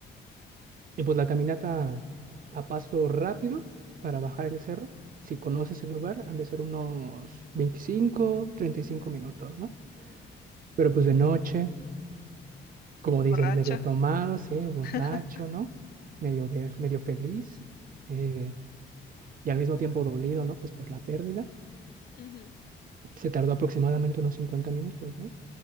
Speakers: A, on the right; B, on the left.
A: Y pues la caminata a paso rápido para bajar el cerro. Si conoces el lugar, han de ser unos veinticinco treinta y cinco minutos, ¿no? Pero pues de noche, como
B: borracha.
A: dices, medio tomado, sí, borracho,
B: <laughs>
A: ¿no? Medio, ve- medio feliz eh, y al mismo tiempo dolido, ¿no? Pues por la pérdida.
B: Ujú.
A: Se tardó aproximadamente unos 50 minutos, ¿no?